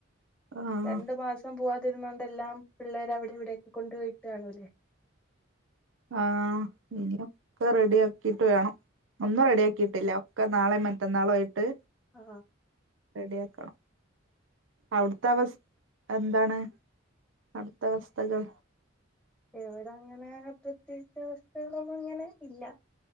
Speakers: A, on the right (about 70°); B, in the centre.
A: ആഹ്
B: രണ്ട് മാസം പൂവാതിരുന്നോണ്ട് എല്ലാം പിള്ളേര് അവിടെ ഇവിടെയെക്കെ കൊണ്ടു പോയി ഇട്ട്കാണുംല്ലേ
A: ആഹ് ഇനിയൊക്കെ റെഡിയാക്കിയിട്ട് വേണം. ഒന്നും റെഡിയാക്കിയിട്ടില്ല ഒക്കെ നാളേം മറ്റന്നാളും ആയിട്ട്
B: ആ
A: റെഡിയാക്കണം അവ്ട്ത്തെ അവസ് എന്താണ് അവ്ട്ത്തെ അവസ്ഥകൾ
B: ഇവ്ടെ അങ്ങനെ പ്രത്യേകിച്ച് അവസ്ഥകളൊന്നും ഇങ്ങനെ ഇല്ല